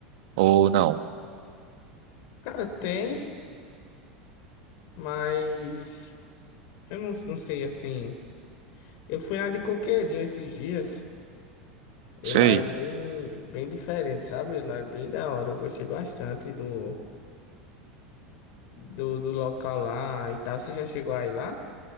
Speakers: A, on the right; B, on the left.
A: Ou não? Não
B: Cara, tem, mas eu não, não sei, assim. Eu fui na de Coqueirinho esses dias. Ela
A: Sei.
B: é bem, bem diferente, sabe? Ela é bem da hora. Eu gostei bastante do, do, do local lá e tal. Você já chegou aí lá?